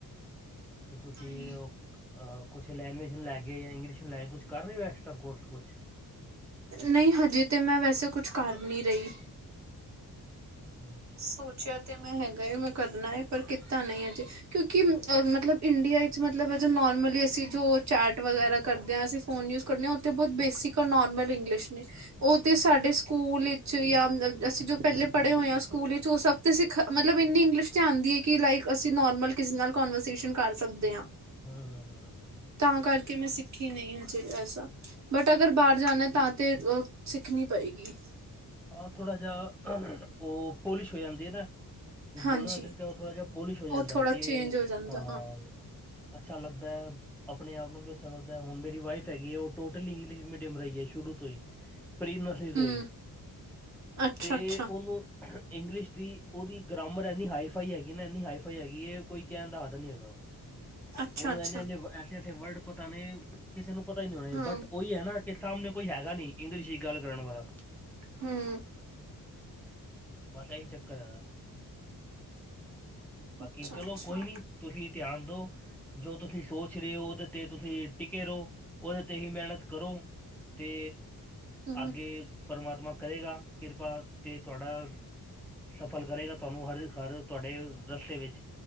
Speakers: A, in the centre; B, on the right.
A: ਤੇ ਤੁਸੀਂ
B: ਤਾਂ ਹੀ
A: ਉਹ। ਅ, ਕੁਛ ਲੈਂਗਵੇਜ ਨੂੰ ਲੈ ਕੇ ਜਾਂ ਇੰਗਲਿਸ਼ ਨੂੰ ਲੈ ਕੇ ਕੁਛ ਕਰ ਰਹੇ ਹੋ? ਐਕਸਟਰਾ ਕੋਰਸ, ਕੁਛ?
B: ਨਹੀਂ, ਹਜੇ ਤਾਂ ਮੈਂ ਵੈਸੇ ਕੁਛ ਕਰ ਨੀ ਰਈ।
A: <inaudible>
B: ਸੋਚਿਆ ਤੇ ਮੈਂ ਹੈਗਾ ਏ ਮੈਂ ਕਰਨਾ ਹੈ ਪਰ ਕੀਤਾ ਨਹੀਂ ਮੈ ਅਜੇ ਕਿਉਂਕਿ ਮਤਲਬ ਇੰਡੀਆ ਵਿੱਚ ਮਤਲਬ ਜੋ ਨੋਰਮਲੀ ਅਸੀਂ ਜੋ ਚੈਟ ਵਗੈਰਾ ਕਰਦੇ ਹਾਂ ਅਸੀਂ ਫੋਨ ਯੂਜ ਨੇ ਉਹ ਤੇ ਬਹੁਤ ਬੇਸਿਕ ਨੋਰਮਲ ਇੰਗਲਿਸ਼ ਨੇ। ਉਹ ਤੇ ਸਾਡੇ ਸਕੂਲ ਵਿੱਚ ਜਾਂ ਅਸੀਂ ਜੋ ਪਹਿਲੇ ਪੜ੍ਹੇ ਹੋਏ ਹਾਂ। ਸਕੂਲ ਵਿੱਚ ਉਹ ਸਭ ਤਾਂ ਸਿਖ ਮਤਲਬ ਇੰਨੀ ਇੰਗਲਿਸ਼ ' ਆਉਂਦੀ ਹੈ। ਕਿ ਲਾਈਕ ਅਸੀਂ ਨੋਰਮਲ ਕਿਸੇ ਨਾਲ ਕਨਵਰਸੇਸ਼ਨ ਕਰ ਸਕਦੇ ਹਾਂ।
A: ਹਾਂ ਹਾਂ ਹਾਂ।
B: ਤਾਂ ਕਰਕੇ ਮੈਂ ਸਿੱਖੀ ਨਹੀਂ ਹਜੇ ਐਸਾ। ਬਟ, ਅਗਰ ਬਾਰ ਜਾਣਾ ਤਾਂ ਤੇ ਸਿੱਖਣੀ ਪਏਗੀ।
A: ਹਾਂ, ਥੋੜਾ ਜਿਹਾ ਉਹ ਪੋਲਿਸ਼ ਹੋ ਜਾਂਦੀ ਹੈ ਨਾ। ਜੋ
B: ਹਾਂਜੀ
A: ਬੋਲਣ ਦਾ ਤਰੀਕਾ, ਉਹ ਥੋੜਾ ਜਿਹਾ ਪੋਲਿਸ਼ ਹੋ ਜਾਂਦਾ
B: ਉਹ ਥੋੜਾ
A: ਕੇ
B: ਚੇਂਜ ਹੋ ਜਾਂਦਾ
A: ਹਾਂ। ਅੱਛਾ, ਲੱਗਦਾ ਐ। ਆਪਣੇ ਆਪ ਨੂੰ ਵੀ ਅੱਛਾ ਲੱਗਦਾ ਐ। ਹੁਣ ਮੇਰੀ ਵਾਈਫ ਹੈਗੀ ਏ, ਔ ਟੋਟਲੀ ਇੰਗਲਿਸ਼ ਮੀਡੀਅਮ ਰਈ ਏ, ਸ਼ੁਰੂ ਤੋਂ ਹੀ। <unintelligible> ਤੋਂ
B: ਹਮ
A: ਹੋਈ।
B: ਅੱਛਾ
A: ਤੇ
B: ਅੱਛਾ
A: ਉਹਨੂੰ। ਇੰਗਲਿਸ਼ ਦੀ ਉਹਦੀ ਗਰੈਮਰ ਐੰਨੀ ਹਾਈ ਫਾਈ ਹੈਗੀ ਨਾ, ਇੰਨੀ ਹਾਈ ਫਾਈ ਹੈਗੀ ਏ, ਕੋਈ ਕਹਿਣ ਦਾ ਹਦ ਨਹੀਂ ਹੈਗਾ।
B: ਅੱਛਾ
A: ਉਹਨੂੰ
B: ਅੱਛਾ
A: ਏਨੇ-ਏਨੇ, ਐਸੇ-ਐਸੇ ਵਰਡ ਪਤਾ ਨੇ। ਕਿਸੇ ਨੂੰ ਪਤਾ ਹੀ ਨਹੀਂ ਹੋਣਾ,
B: ਹਾਂ
A: ਬਟ ਉਹੀ ਹੈ ਨਾ ਕਿ ਸਾਹਮਣੇ ਕੋਈ ਹੈਗਾ ਨੀ ਇੰਗਲਿਸ਼ ਵਿੱਚ ਗੱਲ ਕਰਨ ਵਾਲਾ।
B: ਹਮ
A: ਬਸ ਇਹੀ ਚੱਕਰ ਹੈ ਬਾਕੀ
B: ਅੱਛਾ
A: ਚਲੋ
B: ਅੱਛਾ
A: ਕੋਈ ਨੀ। ਤੁਸੀ ਧਿਆਨ ਦਿਓ। ਜੋ ਤੁਸੀਂ ਸੋਚ ਰਹੇ ਹੋ ਉਹਦੇ ਤੇ ਤੁਸੀਂ ਟਿਕੇ ਰਹੋ ਉਹਦੇ ਤੇ ਹੀ ਮਿਹਨਤ ਕਰੋ। ਤੇ
B: ਹੂੰ
A: ਅੱਗੇ ਪਰਮਾਤਮਾ। ਕਰੇਗਾ ਕਿਰਪਾ ਤੇ ਤੁਹਾਡਾ। ਸਫਲ ਕਰੇਗਾ ਤੁਹਾਨੂੰ ਹਰ ਹਰ ਤੁਹਾਡੇ ਰਸਤੇ ਵਿੱਚ।